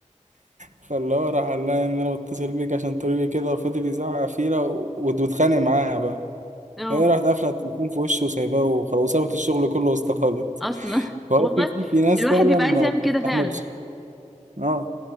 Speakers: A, on the right (about 70°); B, in the centre.
A: فاللي هو راح قال لها ان انا بتصل بيك عشان تقولي لي كده وفضل يزعق فيها و- واتخانق معاها بقى
B: اه
A: هي راحت قافله التليفون في وشه وسايباه وخلاص وسابت الشغل كله واستقالت
B: اصلا <laughs>
A: فهو
B: والله
A: في في في ناس
B: الواحد
A: فعلا
B: بيبقى
A: ما
B: عايز يعمل
A: بتستحملش
B: كده فعلا
A: اه